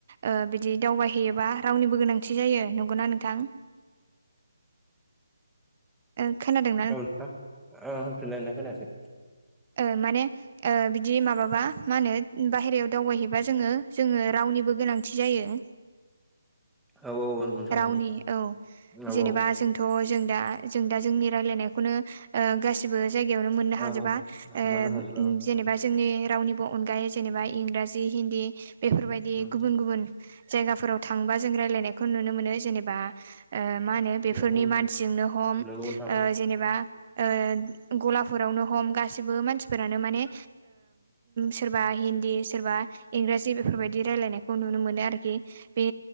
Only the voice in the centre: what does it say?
औ नोंथां होनफिनलायनाय खोनायाखै।
औ औ नोंथां
नंगौ
औ
मोननो हाजोबा
ओं
उम उम
नंगौ नोंथां